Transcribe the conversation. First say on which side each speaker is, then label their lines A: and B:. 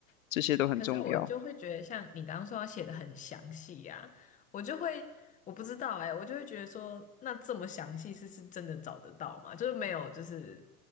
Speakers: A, on the left (about 60°); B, on the left (about 15°).
A: 这些都很重要。
B: 可是我就会觉得，像你刚刚说要写的很详细啊，我就会我不知道哎、我就会觉得说，那这么详细是是真的找得到吗？就是没有，就是